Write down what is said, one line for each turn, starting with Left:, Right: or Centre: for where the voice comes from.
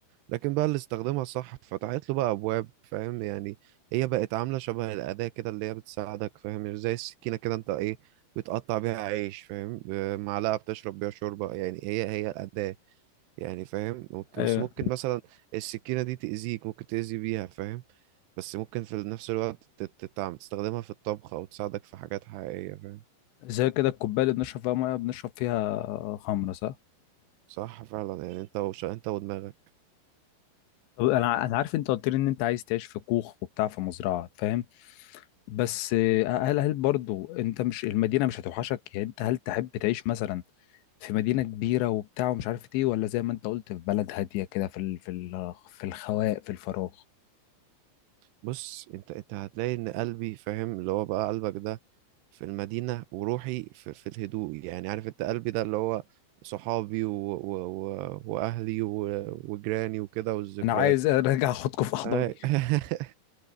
Right: لكن بقى اللي استخدمها صح فتحت له بقى ابواب فاهم يعني هي بقت عامله شبه الاداه كده اللي هي بتساعدك فاهم زي السكينه كده انت ايه بتقطع بيها عيش فاهم ب- معلقه بتشرب بيها شوربه يعني هي هي الاداه يعني فاهم ممكن
Left: ايوه
Right: بس ممكن مثلا السكينة دي تأذيك ممكن تأذي بيها فاهم بس ممكن في نفس الوقت تت- تتع- تستخدمها في الطبخ أو تساعدك في حاجات حقيقية فاهم
Left: زي كده الكوبايه اللي بنشرب فيها ميه بنشرب فيها خمره صح
Right: صح فعلا يعني انت وش... انت ودماغك
Left: طب انا انا عارف انت قلت لي ان انت عايز تعيش في كوخ وبتاع في مزرعه فاهم بس آه، هل هل برضو انت مش المدينة مش هتوحشك يعني انت هل تحب تعيش مثلا في مدينة كبيرة وبتاع ومش عارف ايه ولا زي ما انت قلت في بلد هادية كده في ال... في ال... في الخواء في الفراغ
Right: بص انت انت هتلاقي ان قلبي فاهم اللي هو بقى قلبك ده في المدينة وروحي في, في الهدوء يعني عارف انت قلبي ده اللي هو صحابي و... و... و... واهلي و... وجيراني وكده والذكريات
Left: انا عايز <laughs> ارجع اخدكم في احضاني
Right: أي. <laughs>